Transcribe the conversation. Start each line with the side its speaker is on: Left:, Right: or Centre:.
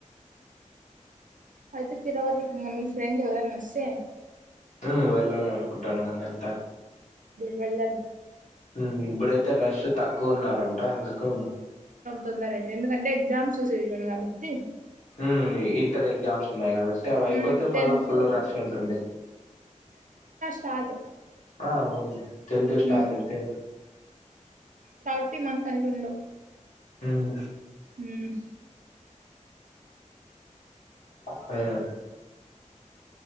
Right: అయితే తిరవాతికి ఇగ మీ ఫ్రెండ్ ఎవరన్నా ఒస్తే
Left: హ్మ్ వెళ్ళాల అనుకుంటాను మందంతా
Right: వేలండి
Left: హ్మ్ ఇప్పుడైతే రష్ తక్కువ ఉన్నారంట అందుకు
Right: తొందర అండి ఎందుకంటే ఎగ్జామ్స్ సీజన్ కాబట్టి
Left: హ్మ్ ఇంటర్ ఎగ్జామ్స్ ఉన్నాయ్ కాబ సో అవి అయిపోతే
Right: ఉమ్ టెన్త్
Left: మళ్ళా ఫుల్ రష్ ఉంటుంది
Right: థర్డు
Left: ఆ అవును టెన్త్
Right: హ్మ్
Left: స్టార్ట్ అయితే
Right: ప్రతి మంత్ అంటుండు
Left: ఉమ్,
Right: హ్మ్
Left: కొత్తగా